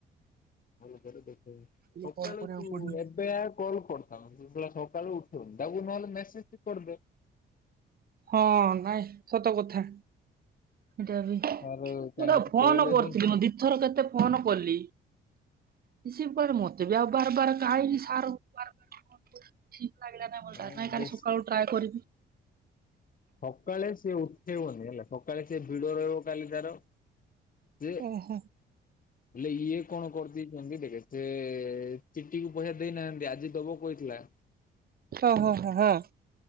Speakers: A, on the left; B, on the right.
A: ସକାଳୁ
B: କାଲି କଲ୍ କରିବାକୁ
A: ତୁ
B: ପଡିବ
A: ଏବେ ଆ। କଲ୍ କରିଥାନ୍ତୁ ସେ ଶଳା ସକାଳୁ ଉଠୋଉନି ତାକୁ ନହେଲେ ମେସେଜଟେ କରିଦେ।
B: ହଁ ନାଇଁ ସତ କଥା। ମୁଁ
A: ତାର କାହିଁ
B: ତ
A: କିଛି
B: ଫୋନ
A: କହିଲେନି
B: କରୁଥିଲି ମୁଁ ଦିଥର କେତେ ଫୋନ କଲି। ସିଏ ମତେ ବି ଆଉ ବାର ବାର କାହିନି ସାରକୁ ବାର ବାର ଠିକ୍ ଲାଗିଲା ନାହିଁ
A: କାଇଁ
B: ନାଇଁ କାଲି
A: ବେଶୀ
B: ସକାଳୁ ଟ୍ରାଏ କରିବି।
A: ସକାଳେ ସିଏ ଉଠେଇବନି ହେଲା ସକାଳେ ସିଏ ଭିଡ ରହିବ କାଲି ତାର। ଯେ। ହେଲେ
B: ଓହୋ
A: ଇଏ କଣ କରିଦେଇଛନ୍ତି ଦେଖେ ସେ ଚିଟିକୁ ପଇସା ଦେଇନାହାନ୍ତି ଆଜି ଦବ କହିଥିଲା।
B: ହଁ ହଁ ହଁ ହଁ।